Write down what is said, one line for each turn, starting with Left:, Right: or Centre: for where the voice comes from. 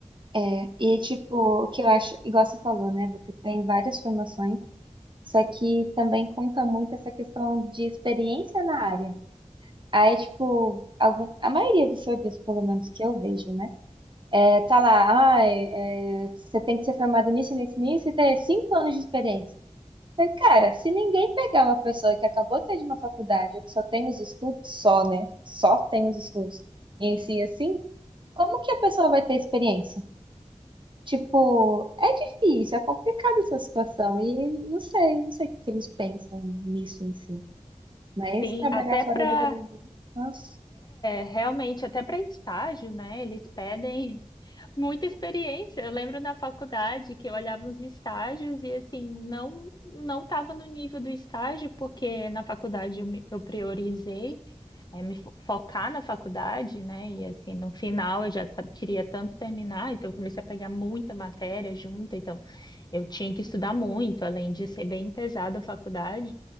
Right: É, e tipo, o que eu acho, igual você falou, né? Você tem várias formações, só que também conta muito essa questão de experiência na área. Aí, tipo, algum, a maioria dos serviços, pelo menos que eu vejo, né? É, tá lá, ah, é, é, você tem que ser formado nisso, nisso, nisso e ter cinco anos de experiência. Mas, cara, se ninguém pegar uma pessoa que acabou de sair de uma faculdade, ou que só tem os estudos, só, né? Só tem os estudos, e ensina Como que a pessoa vai ter experiência? Tipo, é difícil, é complicada essa situação e não sei, não sei o que eles pensam nisso em si. Mas
Left: Sim,
Right: trabalhar
Left: até
Right: fora
Left: para,
Right: do Brasil, nossa.
Left: realmente, até para estágio, né? Eles pedem muita experiência. Eu lembro na faculdade que eu olhava os estágios e assim, não não estava no nível do estágio, porque na faculdade eu, me- eu priorizei é, me fo- focar na faculdade, né? E assim, no final eu já ta- queria tanto terminar, então eu comecei a pegar muita matéria junta, então eu tinha que estudar muito, além de ser bem pesada a faculdade.